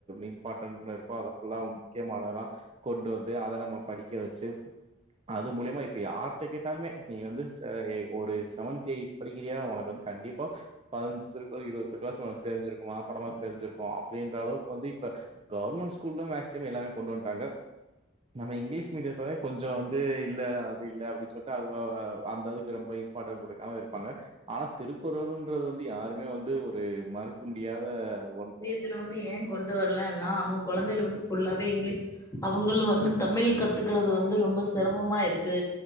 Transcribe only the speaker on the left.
இதுல வந்து ஏ கொண்டு வரல்லனா அவ்ங்க கொழந்தையில வந்து ஃபுல்லாவே இங்கீலிஷ் அவுங்களு வந்து தமிழ் கத்துக்கறது வந்து ரொம்ப சிரம்மா இருக்கு